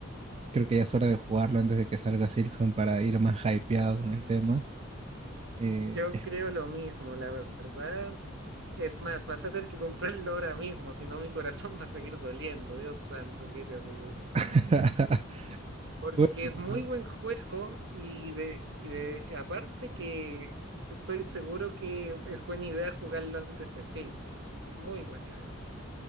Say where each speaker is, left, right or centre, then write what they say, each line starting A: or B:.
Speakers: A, on the right (about 30°); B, on the right (about 60°).
A: Creo que ya es hora de jugarlo antes de que salga Silkson para ir más hypeado con el tema. Eh,
B: Yo creo lo mismo, la verdad. Es más, vas a tener que comprarlo ahora mismo, si no mi corazón <laughs> va a seguir doliendo. Dios santo, qué terrible.
A: <laughs>
B: Porque
A: Bueno,
B: es muy buen juego y de, y de aparte que estoy seguro que es buena idea jugarlo antes de Silson. Muy buena idea.